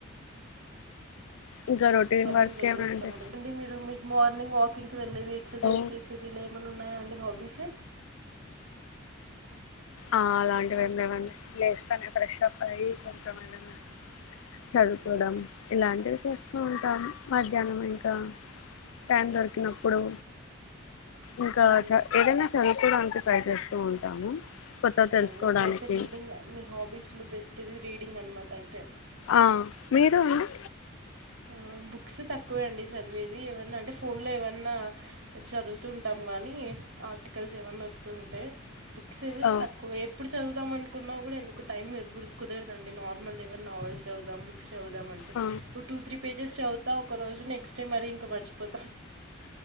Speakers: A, on the left; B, on the right.
A: ఇంకా రొటీన్
B: మార్నింగ్
A: వర్క్
B: లేసెస్తాండి
A: ఏమండి
B: మార్నింగ్ వాకింగ్ వెళ్లేేది ఎక్సైజ్సేది
A: ఓ
B: ఇల ఎమన్నా న్నాయ అండి హబీస్
A: ఆ అలాంటివి ఏమి లేవండి లేస్తనే ఫ్రెష్ అప్ అయ్యి కొంచెం ఏదనా చదువుకోవడం ఇలాంటివి చేస్తూ ఉంటాం మధ్యాహ్నం ఇంకా టైం దొరికినప్పుడు ఇంకా
B: మ్మ్.
A: చా ఏదన్నా చదువు కోడానికి ట్రై చేస్తూ ఉంటాము కొత్తగా
B: ఓకే
A: తెలుసుకోవడానికి
B: అండి ఇంకైతే రీడింగ్ మీ హాబీస్లో బెస్ ది రీడింగ్ అనమాట అైతే
A: ఆ మీరు అండీ
B: ఆ బుక్స్ తక్కువే అండి చదివేది ఏమన్నా అంటే ఫోన్లో ఏమన్నా చదువుతుంటాము గానీ ఆర్టికల్స్ ఏమన్నా వస్తూ ఉంటే బుక్స్ ది
A: ఆ
B: తక్కువే ఇప్పుడు చదువుదాం అనుకున్నా కూడా ఎందుకు టైం గురుద్ కుదరదండి నార్మల్ ఏవైనా నావెల్స్ చదువుదాం బుక్స్ చవుదాం అంటే
A: ఆ
B: టూ త్రీ పేజెస్ చదువుతా ఒకరోజు నెక్ట్ డే మరి త పర్చిపో